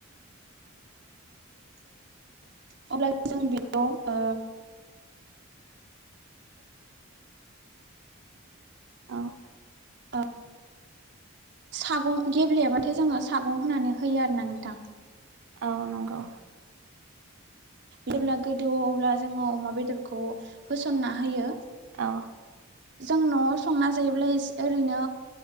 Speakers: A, on the right; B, on the right.
A: अब्ला जों बेयाव ओ
B: औ
A: अ सागं गेब्लेयाबाथाय जोङो सागं होनानै होयो आरोना नोंथां
B: औ नंगौ
A: जेब्ला गोदौवोब्ला जोङो अमा बेदरखौ होसनना होयो
B: अ
A: जों न'आव संना जायोब्ला ओरैनो